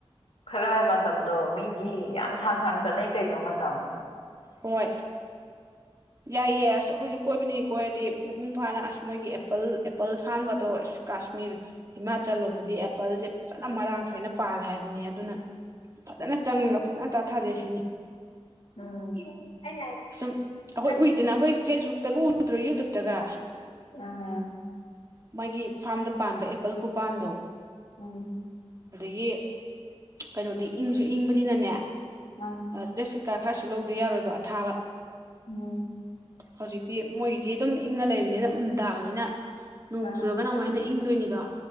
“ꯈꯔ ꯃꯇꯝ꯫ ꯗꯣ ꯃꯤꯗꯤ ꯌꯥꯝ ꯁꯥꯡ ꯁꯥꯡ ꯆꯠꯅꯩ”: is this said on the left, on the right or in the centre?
Left